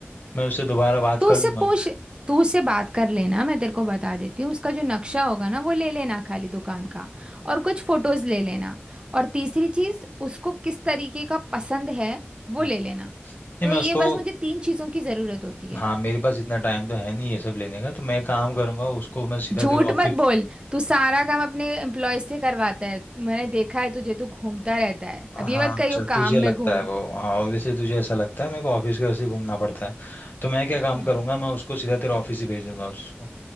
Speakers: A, on the left; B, on the right.
A: मैं उससे दोबारा बात
B: तो
A: कर
B: उससे
A: लूंगा
B: पूछ तू उससे बात कर लेना मैं तेरे को बता देती हूँ उसका जो नक्शा होगा ना वो ले लेना खाली दुकान का और कुछ फोटोज ले लेना और तीसरी चीज़ उसको किस तरीके का पसंद है वो
A: हम्म।
B: ले लेना
A: नहीं
B: तो
A: मैं
B: ये
A: उसको
B: बस मुझे तीन चीज़ों की ज़रूरत होती है
A: हाँ मेरे पास इतना टाइम तो है नहीं ये सब लेने का तो मैं एक काम करूंगा उसको मैं सीधा
B: झूठ
A: तेरे ऑफिस
B: मत बोल तू सारा काम अपने एम्प्लॉय से करवाता है मैंने देखा है तुझे तू घूमता रहता है
A: हाँ
B: अब ये मत
A: अच्छा
B: कहियो
A: तुझे
B: काम
A: लगता
B: में घूम
A: है वो हाँ ऑब्वियसली तुझे ऐसा लगता है मेरे को ऑफिस के वैसे ही घूमना पड़ता है तो मैं क्या
B: <laughs>
A: काम करूंगा मैं उसको सीधा तेरे ऑफिस ही भेज दूंगा उसको